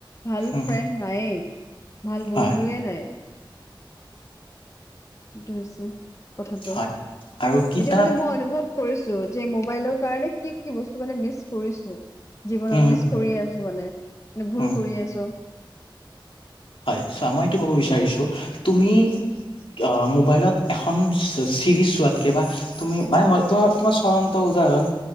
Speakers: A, on the left (about 35°); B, on the left (about 85°).
A: ভাল
B: উম
A: ফ্ৰেণ্ড নায়েই। ভাল বন্ধুয়ে
B: হয়
A: নায়। সেইটো হৈছে কথাটো
B: হয় আৰু কিতাপ
A: এতিয়া মানে মই অনুভৱ! কৰিছো যে মোবাইলৰ কাৰণে কি কি বস্তু মানে মিচ কৰিছো। জীৱনত
B: উম
A: মিচ কৰি আছো মানে ভুল
B: উম
A: কৰি আছো।
B: হয় চোৱা মই এইটো ক'ব বিচাৰিছোঁ তুমি!
A: উম
B: অ মোবাইলত এখন চিৰিজ! চোৱাতকে বা তুমি মানে তাৰ মই তোমাৰ চলন্ত উদাহৰণ!